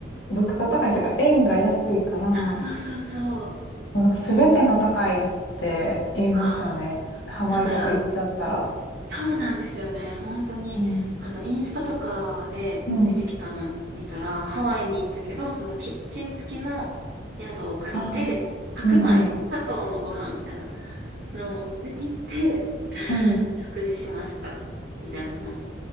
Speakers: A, on the left; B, on the right.
A: 物価が高いっていうか円が安いから、
B: え。よそうそうそうそう。
A: もうなんか全てが高いって言いますよね。
B: はあ、
A: ハワイとか行っちゃったら。
B: だから、そうなんですよね。本当に、
A: うん
B: あの、インスタとかで出てきたの見たら、
A: うん。
B: ハワイに行ったけど、そのキッチン付きの宿を借りて、
A: あ、
B: 白米、
A: うんうん。
B: 砂糖のご飯みたいなのを持って行って、
A: うん
B: 食事しました。みたいなのを